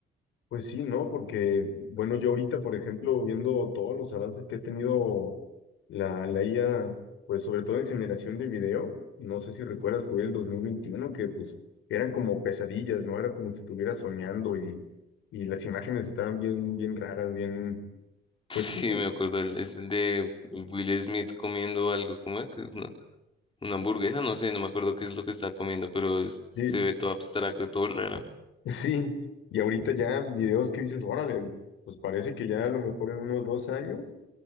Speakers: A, on the left (about 80°); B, on the left (about 25°).
A: Pues sí, ¿no? Porque, bueno, yo ahorita, por ejemplo, viendo todos los avances que ha tenido la, la IA, pues sobre todo en generación de video, no sé si recuerdas, fue el 2021 que pues eran como pesadillas, ¿no? Era como si estuviera soñando y, y las imágenes estaban bien, bien raras, bien,
B: Sí,
A: pues... <laughs>
B: me acuerdo, el- es el de Will Smith comiendo algo, como una, una hamburguesa, no sé, no me acuerdo qué es lo que está comiendo, pero es- se
A: Sí,
B: ve todo abstracto, todo raro.
A: sí, y ahorita ya videos que dices, órale, pues parece que ya a lo mejor en unos dos años